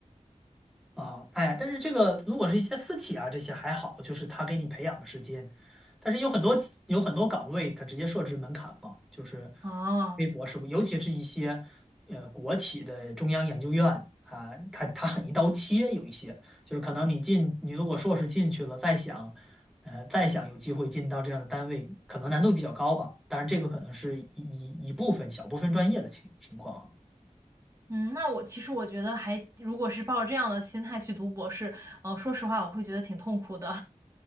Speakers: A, in the centre; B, on the right.
A: 啊，哎但是这个如果是一些私企啊，这些还好，就是他给你培养的时间，但是有很多有很多岗位，他直接设置门槛嘛，就是
B: 啊，
A: 微博是不，尤其是一些呃国企的中央研究院啊，他他很一刀切，有一些就是可能你进，你如果硕士进去了，再想呃再想有机会进到这样的单位，可能难度比较高吧，当然这个可能是一一一部分小部分专业的情情况
B: 嗯，那我其实我觉得还，如果是抱着这样的心态去读博士，嗯，说实话，我会觉得挺痛苦的，